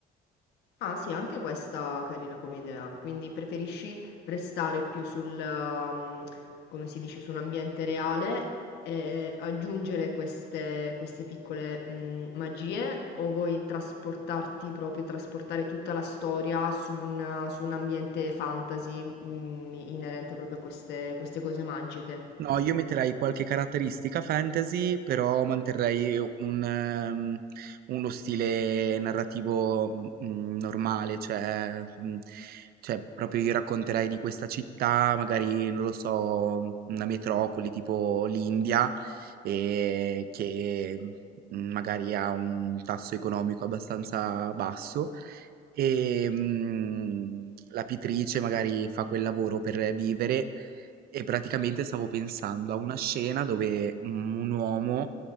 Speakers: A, on the left; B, on the right.
A: Ah sì, anche questa carina come idea, quindi preferisci restare più sul, um, come si dice, su un ambiente reale e aggiungere queste, queste piccole mm, magie o vuoi trasportarti proprio, trasportare tutta la storia su un, su un ambiente fantasy mm, inerente proprio a queste, queste cose magiche?
B: No, io metterei qualche caratteristica fantasy, però manterrei un, ehm, uno stile narrativo mm, normale, cioè, mm, cioè proprio io racconterei di questa città, magari non lo so, una metropoli tipo l'India, e che mm, magari ha un tasso economico abbastanza basso e mm, la pittrice magari fa quel lavoro per vivere e praticamente stavo pensando a una scena dove mm, un uomo